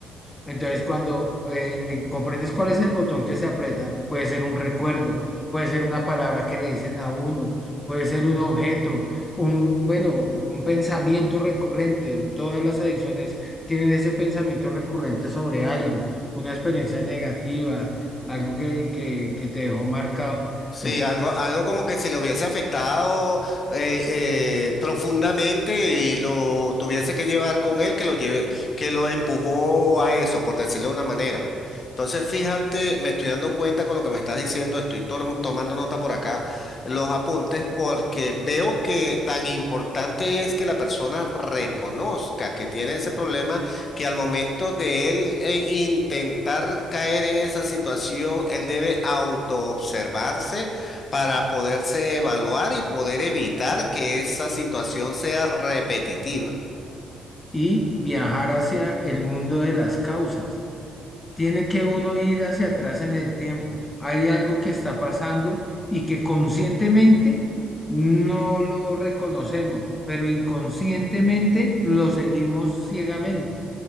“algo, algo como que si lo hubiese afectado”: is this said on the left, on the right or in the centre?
Left